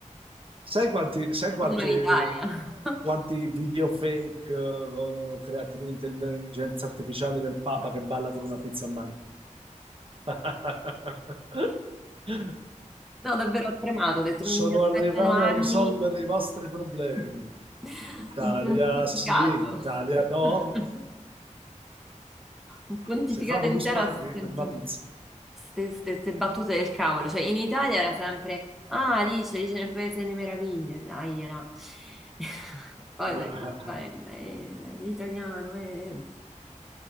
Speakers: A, on the right; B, in the centre.
A: sai quanti, sai quante-
B: Torno in Italia. <laughs>
A: quanti video fake eh, con- creati con l'intelligenza artificiale del Papa che balla con una pizza a mano? <laughs>
B: No, davvero ho tremato, ho detto
A: Sono
B: mi aspettano
A: arrivato
B: anni,
A: a risolvere i vostri problemi.
B: <laughs>
A: Italia
B: un pontificato.
A: sì, Italia
B: <laughs>
A: no.
B: Un pontificato
A: Se famo
B: intero
A: due spaghi,
B: a sentire
A: è una pizza.
B: queste battute del cavolo. Cioè, in Italia era sempre, ah, Alice, Alice nel Paese delle Meraviglie, dai, era. <laughs> Poi
A: <laughs>
B: dovevi fare il- eh, l'italiano, eh.